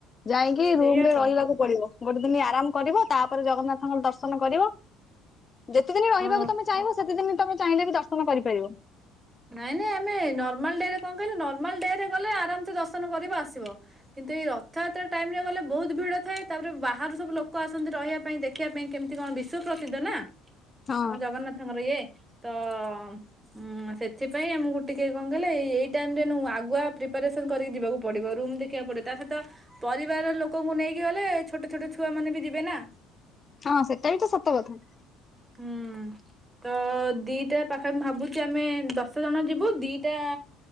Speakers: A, on the left; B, on the right.
A: ଯାଇକି
B: ସେଇଆ
A: ରୁମରେ
B: ତ
A: ରହିବାକୁ ପଡିବ, ଗୋଟେ ଦିନ ଆରାମ କରିବ ତା ପରେ ଜଗନ୍ନାଥଙ୍କର ଦର୍ଶନ କରିବ, ଯେତେ ଦିନ ରହିବାକୁ
B: ହଁ
A: ତମେ ଚାହିଁବ ସେତେ ଦିନ ତମେ ଚାହିଁଲେ ବି ଦର୍ଶନ କରିପାରିବ।
B: ନାଇଁ-ନାଇଁ ଆମେ ନର୍ମାଲ ଡେରେ କଣ କହିଲ ନର୍ମାଲ ଡେରେ ଗଲେ ଆରାମସେ ଦର୍ଶନ କରିବ ଆସିବ। କିନ୍ତୁ ଏଇ ରଥଯାତ୍ରା ଟାଇମରେ ଗଲେ ବହୁତ ଭିଡ ଥାଏ ତାପରେ ବାହାରୁ ସବୁ ଲୋକ ଆସନ୍ତି ରହିବା ପାଇଁ ଦେ ଦେଖିବା ପାଇଁ କେମିତି କଣ ବିଶ୍ୱ ପ୍ରସିଦ୍ଧ ନା?
A: ହଁ
B: ଆମ ଜଗନ୍ନାଥଙ୍କର ଇଏ ତ-ଅ-ଅ-କ ଉଁ-ଉଁ-ଉଁ ସେ ସେଥିପାଇଁ ଆମକୁ ଟିକେ କଣ କହିଲେ ଏଇ ଏଇ ଟାଇମରେ ନୁଁ ଆଗୁଆ ପ୍ରିପ୍ୟାରେସନ କରିକି ଯିବାକୁ ପଡିବ ରୁମ୍ ଦେଖିବାକୁ ପଡିବ ତା ସହିତ ପରିବାର ଲୋକଙ୍କୁ ନେଇକି ଗଲେ ଛୋଟ ଛୋଟ ଛୁଆ ମାନେ ବି ଯିବେ ନା।
A: ହଁ ସେଟା ବି ତ ସତ କଥା।
B: ହୁଁ। ତ-ଅ-ଅ ଦିଟା ପାଖା ଭାବୁଛୁ ଆମେ ଦଶ ଜଣ ଯିବୁ ଦିଟା